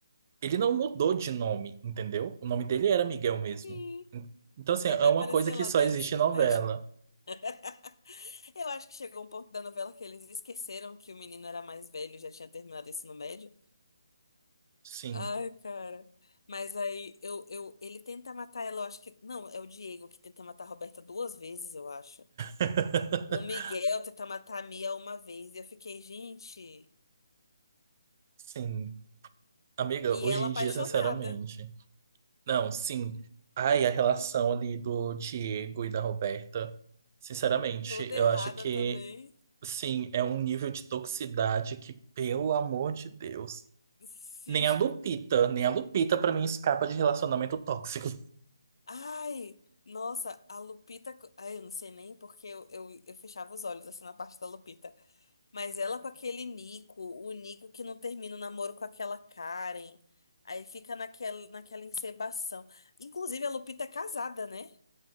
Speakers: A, on the right; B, on the left.
A: ele não mudou de nome, entendeu? O nome dele era Miguel mesmo.
B: Sim.
A: Então, assim,
B: Aí
A: é
B: vai
A: uma
B: aparecer
A: coisa que
B: lá
A: só
B: dois
A: existe
B: ensino
A: em novela.
B: médio. <laughs> Eu acho que chegou um ponto da novela que eles esqueceram que o menino era mais velho e já tinha terminado o ensino médio.
A: Sim,
B: Ai, cara. Mas aí eu, eu, ele tenta matar ela, eu acho que. Não, é o Diego que tenta matar a Roberta duas vezes, eu acho.
A: <laughs>
B: O Miguel tentar matar a Mia uma vez. E eu fiquei, gente.
A: sim. Amiga,
B: E
A: hoje
B: ela
A: em
B: apaixonada.
A: dia, sinceramente. Não, sim. Ai, a relação ali do Diego e da Roberta, sinceramente,
B: Toda
A: eu
B: errada
A: acho que,
B: também.
A: sim, é um nível de toxicidade que, pelo amor de Deus,
B: <laughs> Sim.
A: nem a Lupita, nem a Lupita pra mim escapa de relacionamento tóxico.
B: Ai, nossa, a Lupita. co- Ai, eu não sei nem porque eu, eu, eu fechava os olhos assim na parte da Lupita. Mas ela com aquele Nico, o Nico que não termina o namoro com aquela Karen. Aí fica naquela, naquela encebação. Inclusive, a Lupita é casada, né?